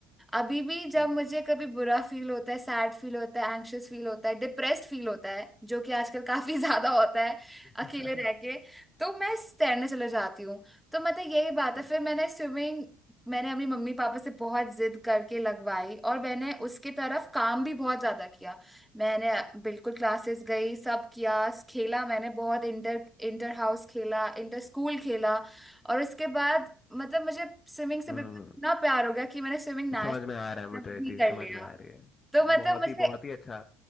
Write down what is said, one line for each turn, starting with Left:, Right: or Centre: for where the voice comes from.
Centre: अभी भी जब
Left: हम्म
Centre: मुझे कभी बुरा फील होता है सैड फील होता है एंग्शियस फील होता है डिप्रेस्ड फील होता है जो कि आजकल काफी <laughs> ज्यादा होता है
Left: हम्म
Centre: अकेले रह
Left: <laughs>
Centre: के तो मैं तैरने चले जाती हूँ तो मतलब यही बात
Left: हम्म,
Centre: है फिर मैंने स्विमिंग मैंने अपनी मम्मी पापा से बहुत जिद करके लगवाई और मैंने उसके तरफ काम भी बहुत ज्यादा किया मैंने बिल्कुल क्लासेस गई सब किया खेला मैंने बहुत इंटर इंटर हाउस खेला इंटर स्कूल खेला और उसके बाद मतलब मुझे स्विमिंग से
Left: हम्म,
Centre: बिल्कुल इतना प्यार हो गया कि मैंने स्विमिंग नेशनल
Left: समझ में आ रहा है मुझे ये
Centre: भी
Left: चीज
Centre: कर
Left: समझ
Centre: लिया
Left: में आ रही है
Centre: तो मतलब
Left: बहुत
Centre: मुझे
Left: ही बहुत ही अच्छा